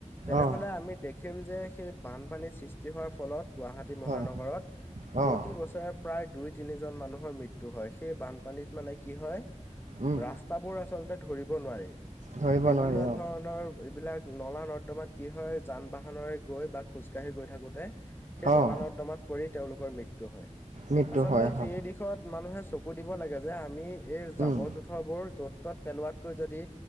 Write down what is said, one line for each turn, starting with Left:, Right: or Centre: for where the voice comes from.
Left: তেনেহলে
Right: অঁ
Left: আমি <unintelligible> যে সেই বানপানীৰ সৃষ্টি হোৱাৰ ফলত গুৱাহাটী মহানগৰত
Right: হয়
Left: প্ৰতি
Right: অঁ
Left: বছৰে প্ৰায় দুই-তিনিজন মানুহৰ মৃত্যু হয়। সেই বানপানীত মানে কি হয়
Right: উম
Left: ৰাস্তাবোৰ আচলতে ধৰিব নোৱাৰি,
Right: ধৰিব
Left: বিভিন্ন
Right: নোৱাৰি
Left: ধৰণৰ
Right: অঁ
Left: এইবিলাক নলা-নৰ্দমাত কি হয়, যান-বাহনেৰে গৈ বা খোজ কাঢ়ি গৈ থাকোতে। সেই
Right: অঁ
Left: নলা-নৰ্দমাত পৰি তেওঁলোকৰ মৃত্য হয়।
Right: মৃত্যু
Left: আচলতে
Right: হয় হয়
Left: সেই দিশত শত মানুহে চকু দিব লাগে। যে আমি এই জাৱৰ-জোথৰবোৰ
Right: উম
Left: য'ত ত'ত পেলোৱাতকৈ যদি